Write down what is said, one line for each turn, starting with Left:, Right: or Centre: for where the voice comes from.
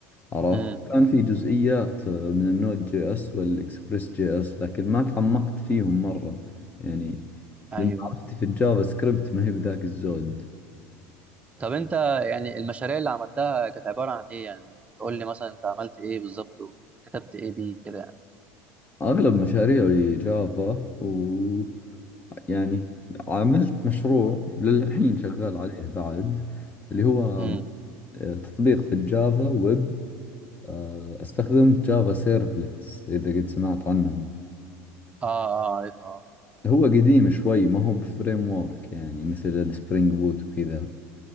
Left: عرفت
Right: امم
Left: كان في جزئيات آه، من النود جي اس والاكسبريس جي اس لكن ما تعمقت فيهم مرة يعني
Right: ايوه
Left: لأن معرفتي في الجافا سكريبت ما هي بذاك الزود
Right: طب انت يعني المشاريع اللي عملتها كانت عباره عن ايه يعني قول لي مثلا انت عملت ايه بالظبط وكتبت ايه بيه كده يعني
Left: فأغلب مشاريعي جافا و يعني عملت مشروع للحين شغال عليه بعد اللي هو
Right: امم
Left: آه، تطبيق في الجافا ويب آه، استخدمت جافا سيرفلتس إذا قد سمعت عنهم
Right: اه اه عارف آه.
Left: هو قديم شوي ما هو بفريم وورك يعني مثل السبرينج بوت وكذا